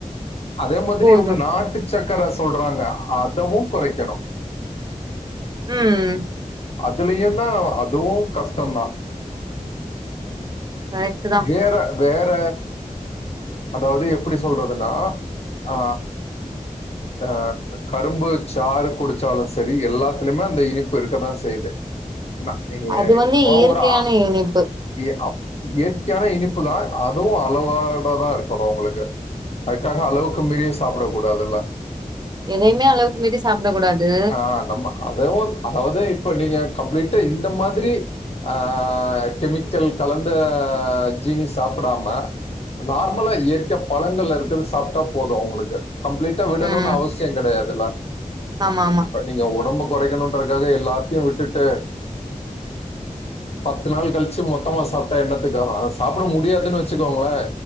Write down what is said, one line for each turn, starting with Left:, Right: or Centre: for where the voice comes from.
Left: அதே மாதிரி
Right: போதும்
Left: இவங்க நாட்டு சக்கர சொல்றாங்க அதவு கொறைக்கணு
Right: ம்
Left: அதுலயு தா அதுவு கஷ்டந்தா
Right: கரெக்ட் தான்
Left: வேற வேற அதாவது எப்படி சொல்றதுனா ஆ அ கரும்பு சாறு குடிச்சாலு சரி எல்லாத்துலயுமே அந்த இனிப்பு இருக்கதா செய்யுது ந ஏ
Right: அது வந்து
Left: ஓவரா
Right: இயற்கையான இனிப்பு
Left: ஏ அப் இயற்கையான இனிப்பு தா அதுவு அளவோட தா இருக்கணு உங்களுக்கு க்காக அளவுக்கு மீறியு சாப்ட கூடாதுல்ல
Right: எதையுமே அளவுக்கு மீறி சாப்ட கூடாது
Left: ஆ நம்ம அதவு அதாவது இப்ப நீங்க கம்ப்ளீட்டா இந்த மாதிரி அ கெமிக்கல் கலந்த ஜீனி சாப்டாம நார்மலா இயற்கையா பழங்கள இருக்கிற ச சாப்டா போது உங்களுக்கு கம்ப்ளீட்டா விடணுனு
Right: ம்
Left: அவசிய கிடையாதுல
Right: ஆமா ஆமா
Left: ப நீங்க ஒடம்பு கொறைக்கணுன்றக்காக எல்லாத்தையு விட்டுட்டு பத்து நாள் கழிச்சு மொத்தமா சாப்டா எண்ணத்துக்கு ஆகு ஆனா சாப்ட முடியாதுனு வச்சுக்கோங்கள